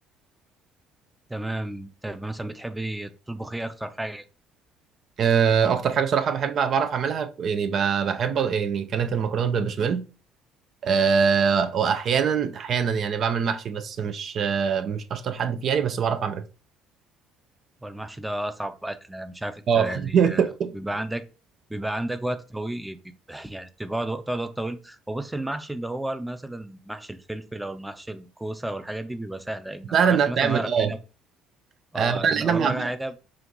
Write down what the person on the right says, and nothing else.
آه، اكتر حاجه صراحه بحب بعرف اعملها يعني ب- بحب يعني كانت المكرونه بالبشاميل آه، واحيانا احيانا يعني بعمل محشي بس مش آه، مش اشطر حد فيه يعني بس بعرف اعمله
اه
<laughs>
سهل
انها تعمل
اه
آه،
لان
انا ما